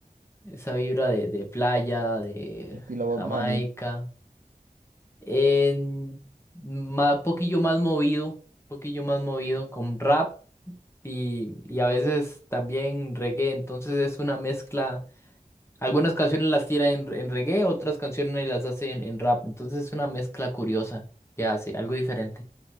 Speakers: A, on the left; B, on the right.
A: esa vibra de, de playa, de
B: estilo Bob
A: Jamaica,
B: Marley.
A: en ma- poquillo más movido, poquillo más movido con rap y, y a veces también reggae, entonces es una mezcla, algunas canciones las tira en, en reggae, otras canciones las hace en en rap, entonces es una mezcla curiosa que hace, algo diferente.